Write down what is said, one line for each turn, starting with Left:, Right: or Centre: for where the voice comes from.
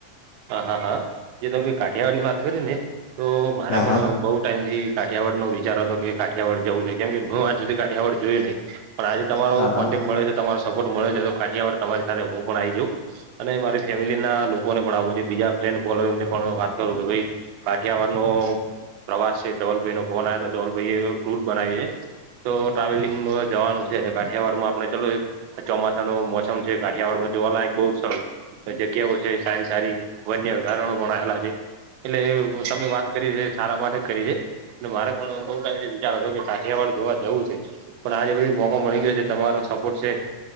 Right: હા, હા જે તમે કાઠિયાવાડની વાત કરી ને તો મારે
Left: હા
Right: પણ
Left: હા
Right: બહુ ટાઈમથી કાઠિયાવાડનો વિચાર હતો કે કાઠિયાવાડ જવું છે કેમ કે હું આજ સુધી કાઠિયાવાડ જોયું નહીં પણ આજે તમારો
Left: હા હા
Right: કોન્ટેક્ટ મળે છે તમારો સપોર્ટ મળે છે તો કાઠિયાવાર તમારે સાથે હું પણ આવી જાઉં અને મારી ફેમિલી ના લોકોને પણ આવું બીજા ફ્રેન્ડ ફોલોઈંગ ને પણ વાત કરું કે ભાઈ કાઠિયાવાડ નો પ્રવાસ છે ધવલભાઈ નો ફોન આવ્યો તો ધવલભાઈ એવ ટૂર બનાવી એ તો ટ્રાવેલિંગ મ જવાનું છે અને કાઠિયાવાડ માં આપણે ચાલો એક ચોમાસા નું મોસમ છે કાઠીયાવાડ માં જોવાલાયક બહુ સર જગ્યાઓ છે સારી સારી વન્ય અભ્યારણો પણ આવેલા છે એટલે તમે વાત કરી છે. સારા માટે જ કરી છે અને મારે પણ બહુ ટાઇમ થી વિચાર હતો કે કાઠિયાવાડ જોવા જવું છે. પણ આજે પછી મોકો મળી ગયો છે તમારો સપોર્ટ છે.